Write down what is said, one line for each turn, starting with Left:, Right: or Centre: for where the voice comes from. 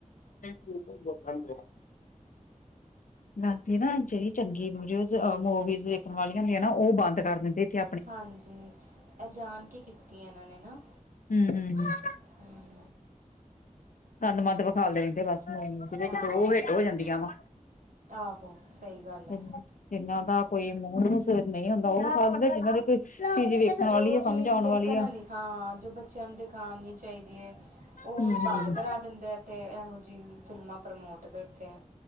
Left: <unintelligible> <unintelligible> ਨਾ ਜੇ ਈ ਚੰਗੀ ਵੀਡੀਓ ਅ ਮੂਵੀਜ਼ ਵੇਖਣ ਵਾਲੀਆਂ ਹੁੰਦੀਆਂ ਨੇ ਨਾ, ਉਹ ਬੰਦ ਕਰ ਦਿੰਦੇ ਤੇ
Right: ਹਾਂਜੀ, ਏ ਜਾਣ ਕੇ ਕੀਤੀ ਐ ਇਹਨਾਂ ਨੇ ਨਾ।
Left: ਹੁੰ, ਹੁੰ, ਹੁੰ।
Right: ਹੁੰ।
Left: ਗੰਦ ਮੰੰਦ ਵਿਖਾ ਲਯੀ ਦੇ ਨੇ ਬਸ ਹੁੰ, ਫੇਰ
Right: ਹਾਂ
Left: ਇਕ ਤੇ ਉਹ ਹਿੱਟ ਹੋ ਜਾਂਦੀਆਂ ਵਾ
Right: ਆਹੋ ਸਹੀ ਗੱਲ ਹੈ
Left: ਜਿਨ੍ਹਾਂ ਦਾ ਕੋਈ ਮੂੰਹ ਸਿਰ ਨਹੀਂ ਹੁੰਦਾ ਉਹ ਵਿਖਾ ਦਿੰਦਾ ਜਿਨਾਂ ਦੀ ਕੋਈ <unintelligible>
Right: ਜੋ ਚੀਜ਼
Left: ਸਮਝ ਆਉਣ
Right: ਦੇਖਣ
Left: ਵਾਲੀ ਆ
Right: ਆਲੀ, ਹਾਂ, ਜੋ ਬੱਚਿਆਂ ਨੂੰ ਦਿਖਾ ਨੀ ਚਾਹੀਦੀ ਐ ਉਹ
Left: ਹਮ
Right: ਬੰਦ
Left: ਹਮ
Right: ਕਰ ਕਰਾ ਦਿੰਦਾ ਤੇ ਇਹੋ ਜਿਹੀ ਫਿਲਮਾਂ ਪ੍ਰਮੋਟ ਕਰਦੇ ਐ।